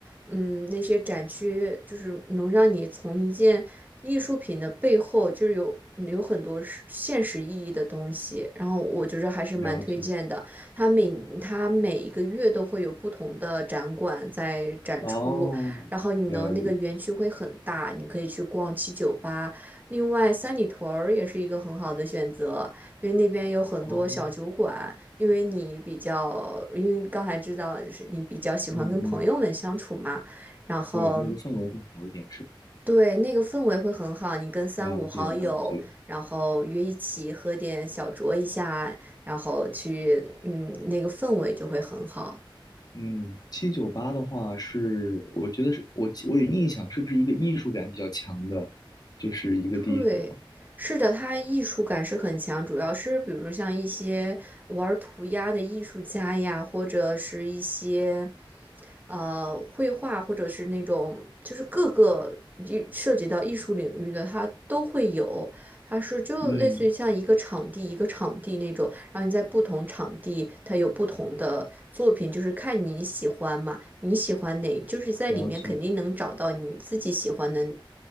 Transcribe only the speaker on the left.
了解。
哦，
原来如此。
哦，
嗯嗯，
对，那个氛围会好一点，是吧？
了解了解，
嗯，七九八的话是，我觉得是我记我有印象，是不是一个艺术感比较强的，就是一个地方？
嗯，
了解，